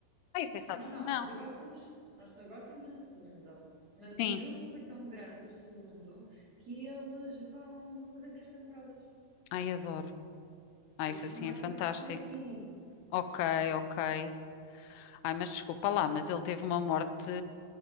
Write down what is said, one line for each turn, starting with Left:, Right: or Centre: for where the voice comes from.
Left: Ai, eu pensava
Right: Não, não,
Left: que não.
Right: nós agora estamos, nós agora estamos na segunda, mas
Left: Sim,
Right: o jogo foi tão grande, o segundo, que eles vão, vão fazer três temporadas.
Left: ai, adoro. Ai,
Right: Portanto,
Left: isso
Right: isto
Left: assim
Right: não vai
Left: é fantástico.
Right: ficar por aqui,
Left: Ok, ok. Ai, mas desculpa lá, mas ele teve uma morte,